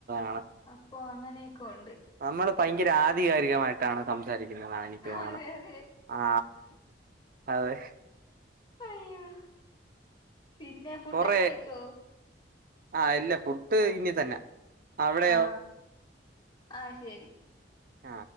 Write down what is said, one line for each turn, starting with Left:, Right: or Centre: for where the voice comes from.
Right: അത
Left: അപ്പൊ അങ്ങ ക്കൊണ്ട്
Right: നമ്മള് ഭയങ്കര ആധികാരികമായിട്ടാണ് സംം സാരിക്കുന്ന എനിക്ക് പോോന്നണം
Left: അതെ അതെ
Right: ആ അതെ
Left: അയ്യോ പിന്നെ ഫുഡൊക്കെ
Right: കൊറ
Left: കഴിച്ചോ
Right: ആ ഇല്ല ഫുഡ് ഇനി തന്നെ അവിടെയോ
Left: ആ ആ ശരി
Right: ആ